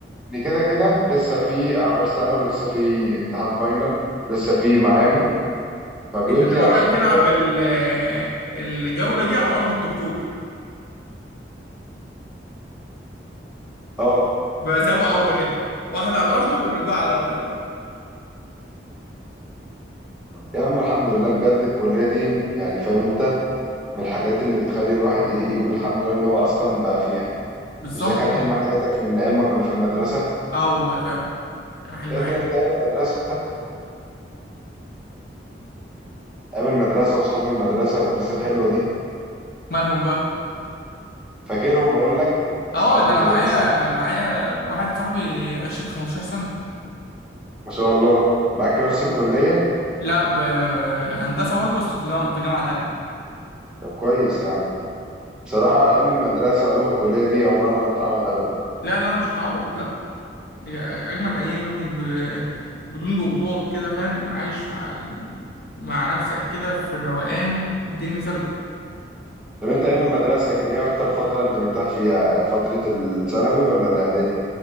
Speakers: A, in the centre; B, on the left.
A: ان كده كده لسه في اعمال سنة ولسه في امتحان فاينل ولسه في معامل فبيقول
B: انت بتبقى
A: لي عشان
B: رايح تلعب
A: كده
B: ال... آه، الجوله دي على ارض الدكتور
A: اه
B: بقى ذهاب وعوده كده واحده على ارضه والرجوع على ارضك بقى
A: يا عم الحمد لله بجد الكلية دي يعني فاهم انت من الحاجات اللي بتخلي الواحد ايه يقول الحمد لله ان هو اصلا بقى فيها
B: بالظبط
A: مش ده كان
B: والله
A: حلم حياتك من ايام ما كنا في المدرسة
B: اه والله فعلا كان حلم
A: فاكر
B: عادي
A: انت ايام المدرسة ايام المدرسة واصحاب المدرسة والناس الحلوة دي
B: مالهم بقى
A: فاكرهم بقول لك
B: اه
A: اصحاب
B: ده
A: المدرسة
B: انا معايا معايا واحد صاحبي قشة 15 سنة
A: ما شاء الله معاك في نفس الكلية
B: لا ب... هندسة برضه بس في جامعة في جامعة تانية
A: طب كويس يا عم بصراحة ايام المدرسة وايام الكلية دي عمرها ما هتتعوض ابدا
B: لا لا مش هتعوض لا دي اجمل ايام يا ابني ب... بدون ضغوطات كده فاهم عايش مع ال... مع نفسك كده في الروقان والدنيا سالكة
A: طب انت ايام المدرسة كان ايه اكتر فترة انت مرتاح فيها آه، فترة الثانوي ولا الاعدادي